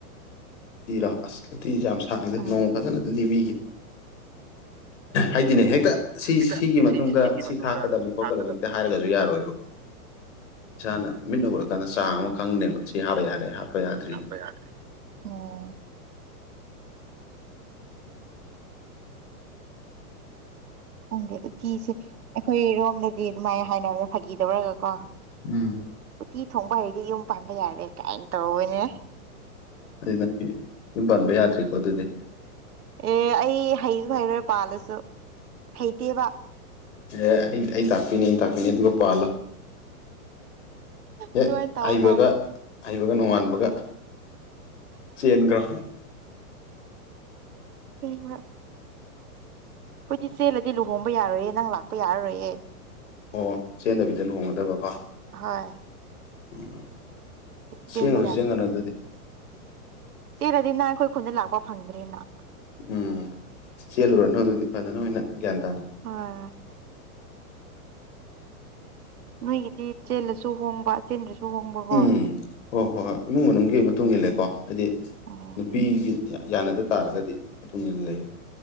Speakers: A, on the left; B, on the right.
A: ꯎꯇꯤꯔꯣ ꯑꯁ ꯎꯇꯤꯁꯦ ꯌꯥꯝ ꯁꯥꯡꯉꯤꯗ
B: ꯎꯝ
A: ꯅꯣꯡꯃ ꯐꯖꯅ ꯂꯤꯕꯤꯈꯤ ꯍꯥꯏꯗꯤꯅꯦ ꯍꯦꯛꯇ ꯁꯤ
B: ꯍꯦꯛꯇ
A: ꯁꯤꯒꯤ ꯃꯇꯨꯡꯗ
B: ꯁꯤ ꯁꯤꯒꯤ
A: ꯁꯤ
B: ꯃꯇꯨꯡꯗ
A: ꯊꯥꯛꯀꯗꯕꯅꯤ
B: ꯁꯤ
A: ꯈꯣꯠꯀꯗꯕꯅꯤ
B: ꯊꯥꯛꯀꯗꯕꯅꯤ
A: ꯍꯦꯛꯇ ꯍꯥꯏꯔꯒꯁꯨ ꯌꯥꯔꯣꯏꯕ ꯏꯁꯥꯅ ꯃꯤꯠꯅ ꯎꯔꯥ ꯆꯥꯡ ꯑꯃ ꯈꯪꯅꯦꯕ ꯁꯤ ꯍꯥꯞꯄ ꯌꯥꯔꯦ ꯍꯥꯞꯄ ꯌꯥꯗ꯭ꯔꯤ
B: ꯍꯥꯞꯄ ꯌꯥꯗ꯭ꯔꯤ ꯑꯣ ꯈꯪꯗꯦ ꯎꯇꯤꯁꯦ ꯑꯩꯈꯣꯏꯔꯣꯝꯗꯗꯤ ꯑꯗꯨꯃꯥꯏꯅ ꯍꯥꯏꯅꯕꯅ ꯐꯥꯒꯤꯗꯧꯔꯒ ꯀꯣ
A: ꯎꯝ
B: ꯎꯇꯤ ꯊꯣꯡꯕ ꯍꯩꯗꯤ ꯌꯨꯝ ꯄꯥꯟꯕ ꯌꯥꯔꯦ ꯀꯥꯏꯅ ꯇꯧꯕꯅꯦ
A: ꯑꯗꯨ ꯅꯪ ꯌꯨꯝ ꯄꯥꯟꯕ ꯌꯥꯗ꯭ꯔꯤꯀꯣ ꯑꯗꯨꯗꯤ
B: ꯑꯣ ꯑꯩ ꯍꯩꯁꯨ ꯍꯩꯔꯣꯏ ꯄꯥꯜꯂꯁꯨ ꯍꯩꯇꯦꯕ
A: ꯑꯦ ꯑꯩꯩꯅ ꯇꯥꯛꯄꯤꯅꯦ ꯑꯩꯩꯅ ꯇꯥꯛꯄꯤꯅꯤ ꯅꯤ ꯑꯗꯨꯒ ꯄꯥꯜꯂꯣ ꯍꯦꯛ
B: ꯑꯗꯨꯃꯥꯏꯅ ꯇꯧ
A: ꯍꯩꯕꯒ
B: ꯇꯥꯔꯦ
A: ꯍꯩꯕꯒ ꯅꯣꯡꯉꯥꯟꯕꯒ ꯆꯦꯟꯈ꯭ꯔꯣ
B: ꯎꯉ <unintelligible> ꯑꯩꯈꯣꯏꯗꯤ ꯆꯦꯜꯂꯗꯤ ꯂꯨꯍꯣꯡꯕ ꯌꯥꯔꯣꯏꯌꯦ ꯅꯪ ꯂꯥꯛꯄ ꯌꯥꯔꯔꯣꯏꯌꯦ
A: ꯑꯣ ꯆꯦꯟꯗꯕꯤꯗ ꯂꯨꯍꯣꯡꯒꯗꯕ ꯀꯣ
B: ꯍꯣꯏ
A: ꯎꯝ ꯆꯦꯟꯒꯅꯨ
B: ꯆꯦꯟꯕ
A: ꯆꯦꯟꯒꯅꯨ ꯑꯗꯨꯗꯤ
B: ꯆꯦꯔꯗꯤ ꯅꯪ ꯑꯩꯈꯣꯏ ꯈꯨꯟꯗ ꯂꯥꯛꯄ ꯐꯪꯗ꯭ꯔꯦꯅ
A: ꯎꯝ ꯆꯦꯜꯂꯨꯔꯅꯨ ꯑꯗꯨꯗꯤ ꯐꯖꯅ ꯑꯣꯏꯅ ꯒ꯭ꯌꯥꯟ ꯇꯥꯅ
B: ꯑꯥ ꯅꯣꯏꯒꯤꯗꯤ ꯆꯦꯜꯂꯁꯨ ꯍꯣꯡꯕ ꯆꯦꯟꯗ꯭ꯔꯁꯨ ꯍꯣꯡꯕꯀꯣ
A: ꯎꯝ ꯎꯝ ꯍꯣꯏ ꯍꯣꯏ ꯍꯣꯏ ꯏꯃꯨꯡ ꯃꯅꯨꯡꯒꯤ ꯃꯇꯨꯡ ꯏꯂꯀꯣ ꯍꯥꯏꯗꯤ
B: ꯎꯝ
A: ꯅꯨꯄꯤꯒꯤ ꯌꯥꯅꯗ ꯇꯥꯔꯒꯗꯤ ꯃꯇꯨꯡ ꯏꯟꯅ ꯂꯩꯌꯦꯕ